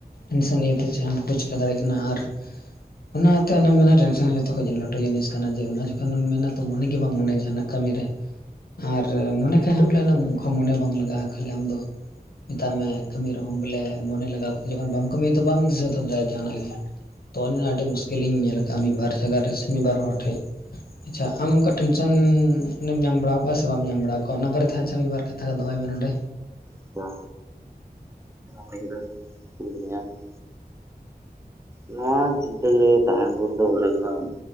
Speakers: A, on the left; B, on the right.
A: ᱤᱱᱥᱟᱱ ᱤᱭᱟᱹ ᱛᱮ ᱪᱮᱫ ᱦᱚᱸ, ᱵᱟᱠᱚ ᱪᱮᱠᱟ ᱫᱟᱲᱮᱜ ᱠᱟᱱᱟ ᱟᱨ ᱚᱱᱟᱛᱮ ᱚᱱᱮᱢ ᱢᱮᱱᱟ ᱴᱮᱱᱥᱮᱱ ᱦᱚ, ᱡᱚᱛᱚᱠᱷᱚᱡ ᱞᱟᱹᱴᱩ ᱡᱤᱱᱤᱥ ᱠᱟᱱᱟ᱾ ᱡᱮ ᱚᱱᱟ ᱡᱚᱠᱷᱚᱱᱮᱢ ᱢᱮᱱᱟ ᱛᱚ ᱢᱚᱱᱮ ᱜᱮ ᱵᱟᱝ ᱢᱚᱱᱮᱭᱟ ᱡᱟᱦᱟᱱᱟᱜ᱾ ᱠᱟᱹᱢᱤᱨᱮ, ᱟᱨ ᱢᱚᱱᱮ ᱠᱷᱟᱡ ᱦᱚᱸ ᱵᱚᱞᱮ ᱩᱱᱟᱜ ᱠᱷᱚᱱ ᱢᱚᱱᱮ ᱵᱟᱝ ᱞᱟᱜᱟᱜᱼᱟ᱾ ᱠᱷᱟᱹᱞᱤ ᱟᱢᱫᱚ ᱢᱮᱛᱟᱜ ᱢᱮ ᱠᱟᱹᱢᱤ ᱨᱮᱦᱚᱸ ᱵᱚᱞᱮ ᱢᱚᱱᱮ ᱞᱟᱜᱟᱣ ᱠᱟᱛᱮ ᱡᱚᱠᱷᱚᱱ ᱵᱟᱢ ᱠᱟᱹᱢᱤᱭᱟ ᱛᱚ ᱵᱟᱢ ᱫᱤᱥᱟᱹ ᱫᱚᱦᱚ ᱫᱟᱲᱮᱭᱟᱜᱼᱟ ᱡᱟᱦᱟᱱᱟᱜ ᱜᱮ᱾ ᱛᱚ ᱚᱱᱟ ᱟᱹᱰᱤ ᱢᱩᱥᱠᱤᱞᱤᱧ ᱧᱮᱞ ᱟᱠᱟᱜᱼᱟ, ᱢᱤᱫ ᱵᱟᱨ ᱡᱟᱭᱜᱟ ᱨᱮ ᱥᱮ ᱢᱤᱫ ᱵᱟᱨ ᱦᱚᱲ ᱴᱷᱮᱡ᱾ ᱟᱪᱪᱷᱟ, ᱟᱢ ᱚᱱᱠᱟ ᱴᱮᱱᱥᱮᱱ ᱱᱮᱢ ᱧᱟᱢ ᱵᱟᱲᱟᱣ ᱠᱚᱜᱼᱟ ᱥᱮ ᱵᱟᱢ ᱧᱟᱢ ᱵᱟᱲᱟᱣ ᱠᱚᱣᱟ, ᱚᱱᱟ ᱵᱟᱨᱮᱛᱮ ᱦᱟᱸᱜ ᱟᱪᱪᱷᱟ ᱢᱤᱫ ᱵᱟᱨ ᱠᱟᱛᱷᱟ ᱫᱚᱦᱚᱭ ᱢᱮ ᱱᱚᱸᱰᱮ?
B: ᱟᱪᱷᱟ ᱠᱮᱫᱟ ᱠᱩᱞᱟᱢ <inaudible> <unintelligible> ᱱᱚᱣᱟ ᱡᱤᱱᱫᱟᱹᱜᱤ ᱨᱮ, ᱛᱟᱦᱮᱸᱱ ᱵᱷᱳᱨ ᱫᱚ ᱵᱚᱞᱮ ᱮᱠᱫᱚᱢ